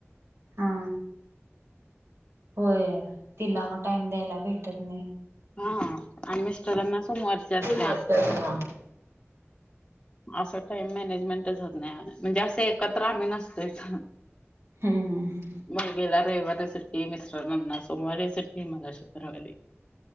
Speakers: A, on the right; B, on the left.
A: हा होय तिला मग टाइम द्यायला भेटत नाही.
B: हा आणि मिस्टरांना सोमवारचे असत्या.
A: हा
B: असं टाइम मॅनेजमेंटच होत नाही म्हणजे असं एकत्र आम्ही नसतोयच.
A: हम्म
B: मग गेला रविवार. सुट्टी मिस्टरांना सोमवारी सुट्टी मला शुक्रवारी.